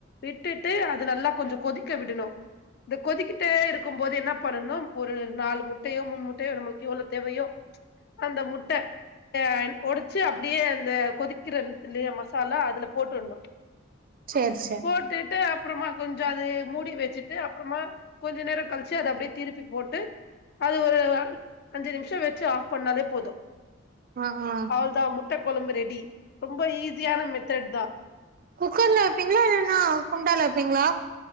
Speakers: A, on the left; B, on the right.
A: விட்டுட்டு அது நல்லா கொஞ்சம் கொதிக்க விடணும் இந்த கொதிக்கிட்டே இருக்கும் போது என்ன பண்ணனும் ஒரு நாலு முட்டையோ மூணு முட்டையோ நம்மளுக்கு எவ்ளோ தேவையோ அந்த முட்ட அ ஒடச்சு அப்படியே அந்த கொதிக்கிறலய மசாலா அதுல போட்டணு
B: சேர் சேர்
A: போட்டுடு அப் அப்புறமா கொஞ்சோ அது மூடி வச்சுட்டு அப்புறமா கொஞ்ச நேரோ கழிச்சு அது அப்டியே திருப்பி போட்டு அது ஒரு அஞ்சு நிமிஷ வச்சு ஆஃப் பண்ணாலே போது
B: ஆ அ
A: அவ்ளதா முட்ட கொலம்பு ரெடி ரொம்ப ஈஸியான மெத் த்ரெட்டா
B: குக்கர்ல வப்பீங்களா இல்லனா குண்டால வப்பீங்களா